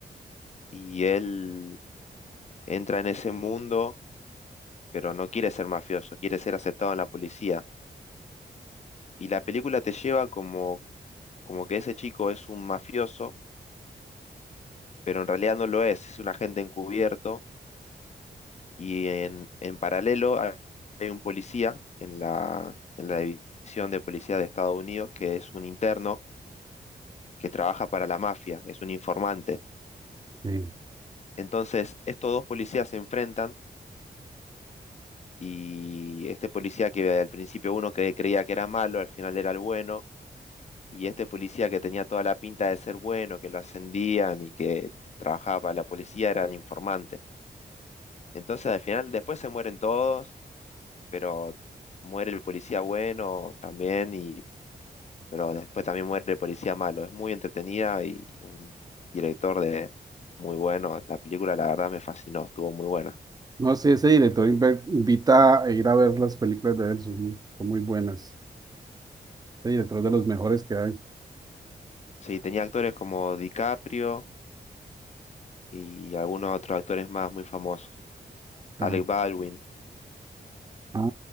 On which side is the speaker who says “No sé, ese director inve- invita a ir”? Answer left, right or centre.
Right